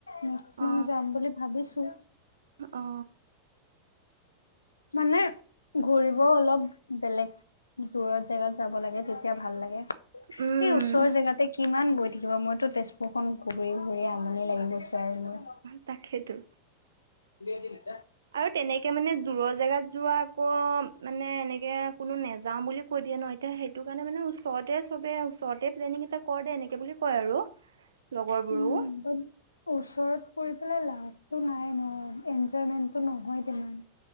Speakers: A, on the left (about 75°); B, on the right (about 65°).
A: নেক্স
B: অ
A: মন্থ যাম বুলি ভাবিছোঁ।
B: অ
A: মানে ঘূৰি ঔ অলপ বেলেগ দূৰৰ জেগাত যাব লাগে তেতিয়া ভাল লাগে। এই
B: উম
A: ওচৰৰ জেগাতে কিমান গৈ থাকিব মইতো তেজপুৰ খন ঘূৰি ঘূৰি আমনি লাগি গৈছে। আৰু মোৰ।
B: তাকেইটো।
A: <inaudible>
B: আৰু তেনেকে মানে দূৰৰ জেগাত যোৱা আকৌ মানে এনেকে কোনো নাযাওঁ বুলি কৈ দিয়ে ন এতিয়া সেইটো কাৰণে মানে ওচৰতে চবেই ওচৰতে প্লেনিং এটা কৰ দে এনেকৈ বুলি কয় আৰু। লগৰবোৰো
A: উম ওচৰত পৰি পেলাই লাভটো নাই ন। এনজয়মেণ্টটো নহয় তিমান।